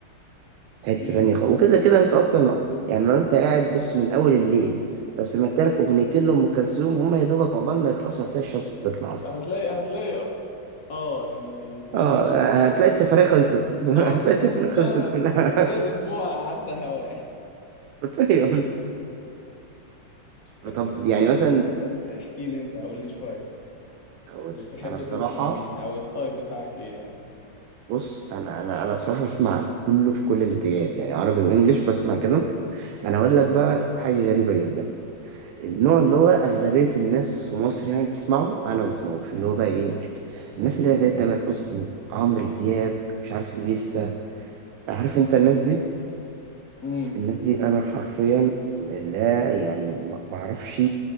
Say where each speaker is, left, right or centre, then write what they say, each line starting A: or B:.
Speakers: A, on the right; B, on the left.
A: حتة
B: امم
A: تانية خالص وكده كده انت اصلا يعني لو انت قاعد بص من اول الليل لو سمعت لك اغنيتين لام كلثوم هم يا دوبك عقبال ما يخلصوا هتلاقي الشمس بتطلع اصلا
B: هتلاقي هتلاقي اه يعني الدنيا
A: اه
B: شقشقت
A: آه، هتلاقي
B: خلاص
A: السفرية خلصت
B: <laughs>
A: <laughs> هتلاقي
B: اه
A: السفرية خلصت
B: فاهم هت...
A: كلها
B: هتلاقي الاسبوع عدى هوا يعني
A: <laughs> حرفيا
B: انت
A: طب
B: بتحب
A: يعني مثلا
B: آه، احكي لي انت قول لي شوية
A: اقول
B: بتحب
A: انا بصراحة
B: تسمع مين او التايب بتاعك ايه يعني
A: بص انا انا انا بصراحة بسمع كله في كل الاتجاهات يعني عربي وانجليش بسمع كده
B: امم
A: انا اقول لك بقى حاجة غريبة جدا النوع اللي هو اغلبية الناس في مصر يعني بتسمعه انا ما بسمعوش اللي هو بقى ايه الناس اللي هي زي تامر حسني عمرو دياب مش عارف ايه لسه
B: امم
A: عارف انت الناس دي
B: امم
A: الناس دي انا حرفيا لا يعني ما ما اعرفش